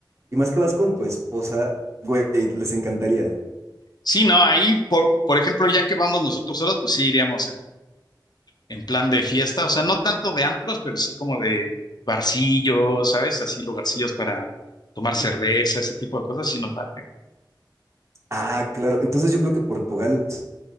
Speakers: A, on the right; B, on the left.
A: Y más que vas con tu esposa, güey, les encantaría.
B: Sí, no, ahí, por, por ejemplo, ya que vamos nosotros solos, pues sí iríamos en plan de fiesta, o sea, no tanto de antros, pero sí como de barcillos, ¿sabes? Así lugarcillos para tomar cerveza, ese tipo de cosas, sí nos late.
A: Ah, claro. Entonces yo creo que Portugal les